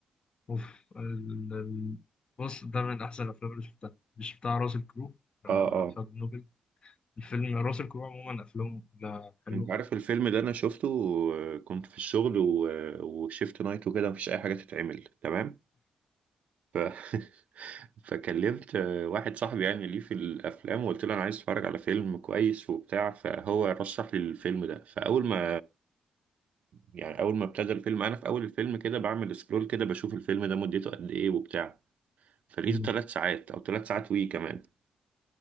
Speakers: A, on the left; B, on the right.
A: اوف ال... ال- بص ده من احسن الافلام اللي شفتها مش بتاع راسل كرو
B: اه
A: لما
B: آه.
A: خد نوبل الفيلم راسل كرو عموما افلامه كلها حلوه
B: انت عارف الفيلم ده انا شفته آه، كنت في الشغل و- آه، وشيفت نايت وكده مفيش اي حاجه تتعمل تمام ف... <laughs> فكلمت آه، واحد صاحبي يعني ليه في الافلام وقلت له انا عايز اتفرج على فيلم كويس وبتاع فهو رشح لي الفيلم ده فاول ما يعني اول ما ابتدى الفيلم انا في اول الفيلم كده بعمل سكرول كده بشوف الفيلم ده مدته قد ايه وبتاع فلقيته
A: مم.
B: ثلاث ساعات او ثلاث ساعات وي كمان